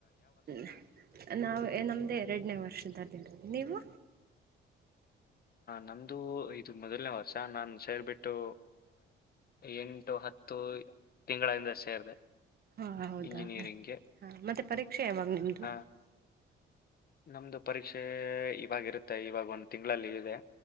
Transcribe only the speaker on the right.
ಹ ನಾವು ನಮ್ದ ಎರಡನೇ ವರ್ಷದದಲ್ಲಿರದು ನೀವು
ಹಾಂ ಹೌದಾ
ಹಾಂ ಮತ್ತೆ ಪರೀಕ್ಷೆ ಯಾವಾಗ ನಿಮ್ಮದು